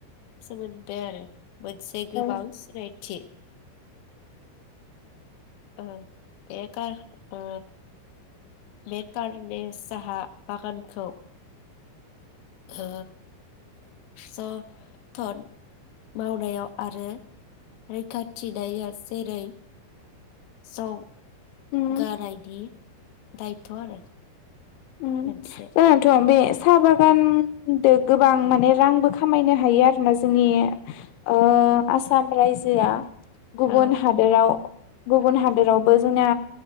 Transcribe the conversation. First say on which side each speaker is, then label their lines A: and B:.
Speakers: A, on the left; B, on the left.
A: सोमोन्दो आरो मोनसे
B: औ
A: गोबां सिनायथि। ओ एकार ओ बेखारनि साहा बागानखौ ओ जन तन मावनायाव आरो रैखाथिनाया जेरै स
B: उम
A: गारायदि दायथ' आरो
B: उ
A: मोनसे
B: जायाथ' बे साहा बागानदो गोबां माने रांबो खामायनो हायो आरोना जोंनि ओ आसाम रायजोआ। गुबुन
A: औ
B: हादोराव। गुबुन हादोरावबो जोंना